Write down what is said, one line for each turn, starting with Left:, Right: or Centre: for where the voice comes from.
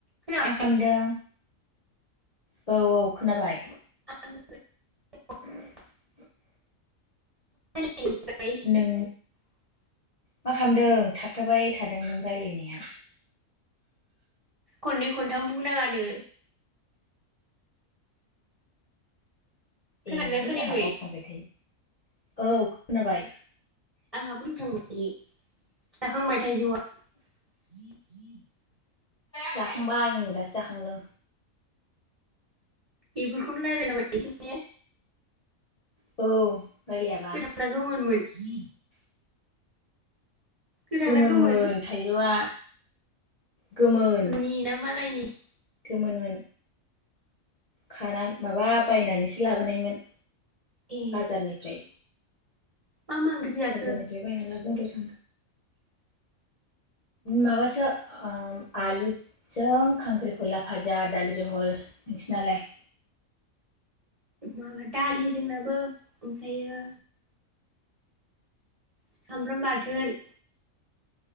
Right: खोनाबाय
Left: मा खामदों? औ औ खोनाबाय
Right: <unintelligible>
Left: <inaudible>
Right: <inaudible>
Left: नों मा खामदों थाबथाबाय थादों नों रायलायनाया
Right: खननै खनथाम बुंनाङानो खोनादोंना
Left: एहाय
Right: खोनायाखै
Left: आंहा बावफ्लांबाय थायो औ खोनाबाय
Right: आंहा बुंफ्लांबाय जाखांबाय थाइजौआ <inaudible>
Left: जाखांबाय ओं दासो जाखांदों
Right: बेफोरखौनो रायलायलाबायनोसै ने
Left: औ रायलायाबा
Right: गोथांना गोमोनमोन <inaudible> गोथां
Left: गोमोनमोन
Right: ना गोमोन
Left: थाइजौआ गोमोन
Right: नुनि ना मालायनि <inaudible>
Left: गोमोनमोन खाना माबा बायनानैसो लाबोनायमोन
Right: ए
Left: बाजारनिफ्राय
Right: मा मा ओंख्रि जाखो
Left: बाजारनिफ्राय बायना लाबोबावदो माबासो ओ आलुजों खांख्रिखला फाजा दालि जहल नोंसिनालाय
Right: माबा दालि जोंनाबो ओमफ्रायो सामब्राम बाथोन